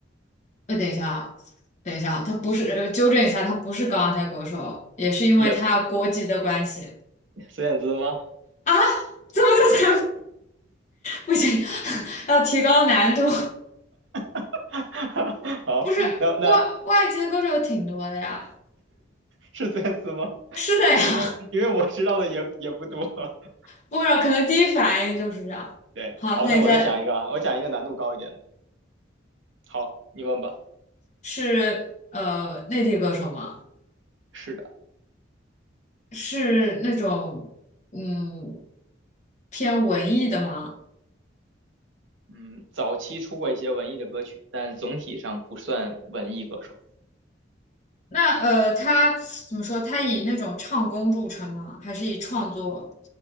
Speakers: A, on the left; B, on the right.
A: 呃，等一下啊，等一下啊他不是，呃纠正一下，他不是港澳台歌手，也是因为他国籍的关系。
B: 也孙燕姿吗？
A: 啊，怎么就才不行？<laughs> 要提高难度。
B: <laughs> 好，
A: 不是外外籍的歌手挺多的呀。
B: 那那是孙燕姿吗？
A: 是的呀，
B: 因为因为我知道的也也不多。<laughs>
A: 不知道可能第一反应就是这样。
B: 对，
A: 好，
B: 好，
A: 那你在
B: 那我再想一个啊，我讲一个难度高一点的。好，你问吧。
A: 是呃内地歌手吗？
B: 是的，
A: 是那种嗯偏文艺的吗？
B: 嗯，早期出过一些文艺的歌曲，但总体上不算文艺歌手
A: 那呃他怎么说？他以那种唱功著称吗？还是以创作